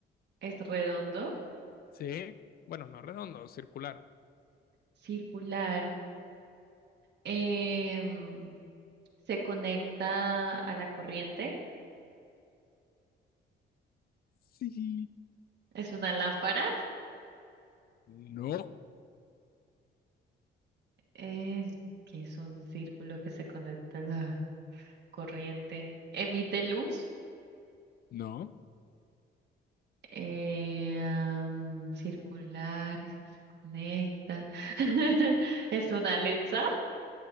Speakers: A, on the right (about 60°); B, on the left (about 50°).
A: es redondo,
B: sí. Bueno, no redondo, circular.
A: circular, em, se conecta a la corriente,
B: Sí.
A: es una lámpara,
B: No,
A: em, que es un círculo que se conecta a la corriente, emite luz,
B: no,
A: eh, am, circular, se conecta, <laughs> es una Alexa,